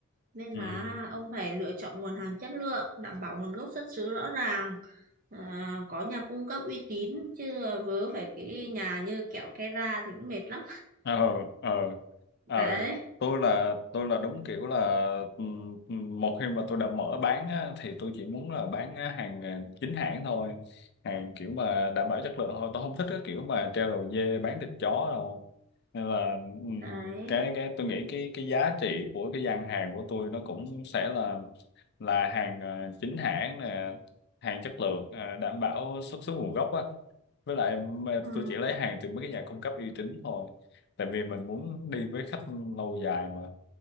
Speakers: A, on the right; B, on the left.
A: nên là
B: Ừ.
A: ông phải lựa chọn nguồn hàng chất lượng đảm bảo nguồn gốc xuất xứ rõ ràng à, có nhà cung cấp uy tín chứ vớ phải cái nhà như kẹo kera thì cũng mệt lắm
B: ờ ờ ờ
A: đấy
B: tôi là tôi là đúng kiểu là ừm, ừm, một khi mà tôi đã mở bán á, thì tôi chỉ muốn là bán á, hàng à, chính hãng thôi hàng kiểu mà đảm bảo chất lượng thôi tôi không thích cái kiểu mà treo đầu dê bán thịt chó đâu nên là ừm,
A: đấy
B: cái cái tôi nghĩ cái cái giá trị của cái gian hàng của tôi nó cũng sẽ là là hàng à, chính hãng nè hàng chất lượng à, đảm bảo xuất xứ nguồn gốc á với lại mà
A: ừ,
B: tôi chỉ lấy hàng từ mấy cái nhà cung cấp uy tín thôi tại vì mình muốn đi với khách lâu dài mà